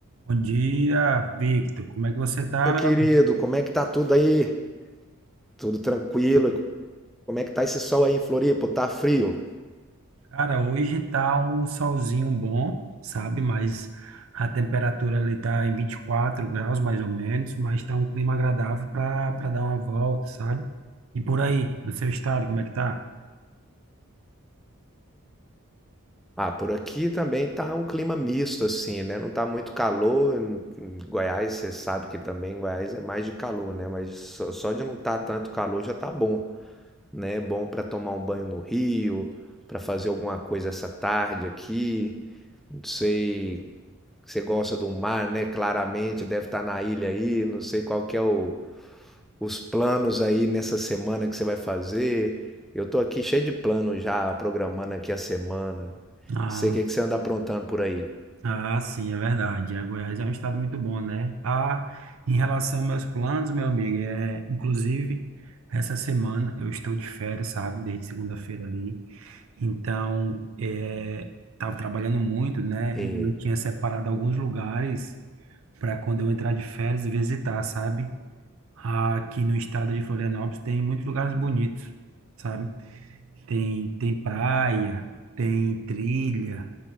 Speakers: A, on the right; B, in the centre.
A: Bom dia, Victor. Como é que você tá?
B: meu
A: meu?
B: querido? Como é que tá tudo aí? Tudo tranquilo? E Como é que tá esse sol aí em Floripa? Tá frio?
A: Cara, hoje tá um solzinho bom, sabe? Mas a temperatura ali tá em 24 graus, mais ou menos, mas tá um clima agradável para para dar uma volta, sabe? E por aí, no seu estado, como é que tá?
B: Ah, por aqui também tá um clima misto, assim, né? Não tá muito calor. Em em Goiás, você sabe que também em Goiás é mais de calor, né? Mas só só de não tá tanto calor já tá bom, né? É Bom pra tomar um banho no rio, pra fazer alguma coisa essa tarde aqui. Não sei, você gosta do mar, né? Claramente, deve estar na ilha aí. Não sei qual que é o os planos aí nessa semana que você vai fazer. Eu tô aqui cheio de planos já, programando aqui a semana.
A: Ah,
B: Não sei o que que você anda aprontando por aí.
A: Ah, sim, é verdade. A Goiás é um estado muito bom, né? Ah, em relação aos meus planos, meu amigo, é, inclusive, essa semana eu estou de férias, sabe? Desde segunda-feira ali. Então, é, tava trabalhando muito, né?
B: E,
A: E eu tinha separado alguns lugares para quando eu entrar de férias visitar, sabe? Aqui no estado de Florianópolis tem muitos lugares bonitos, sabe? Tem, tem praia, tem trilha,